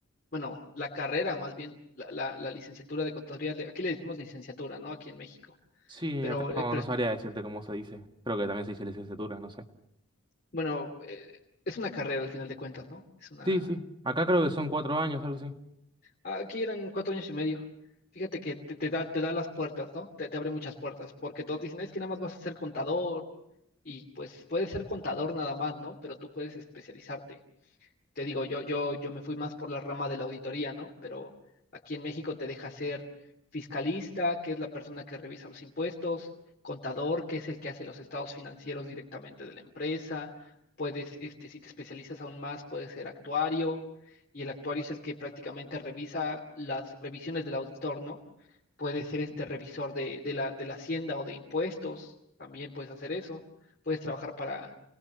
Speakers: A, on the left; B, on the right.
A: bueno, la carrera más bien, la, la, la licenciatura de contaduría, le- aquí le decimos licenciatura, ¿no? Aquí en México.
B: Sí,
A: Pero,
B: acá
A: eh,
B: no,
A: pero
B: no
A: es-
B: sabría decirte cómo se dice. Creo que también se dice licenciatura, no sé.
A: bueno, eh, es una carrera al final de cuentas, ¿no? Es una
B: Sí, sí. Acá creo que son cuatro años, algo así.
A: Aquí eran cuatro años y medio. Fíjate que te, te da, te da las puertas, ¿no? Te, te abre muchas puertas, porque todos dicen, es que nada más vas a ser contador, y pues puedes ser contador nada más, ¿no? Pero tú puedes especializarte te digo, yo, yo, yo me fui más por la rama de la auditoría, ¿no? Pero aquí en México te deja ser fiscalista, que es la persona que revisa los impuestos, contador, que es el que hace los estados financieros directamente de la empresa, puedes, este, si te especializas aún más, puedes ser actuario, y el actuario es el que prácticamente revisa las revisiones del auditor, ¿no? Puedes ser este revisor de, de la, de la hacienda o de impuestos, también puedes hacer eso, puedes trabajar para,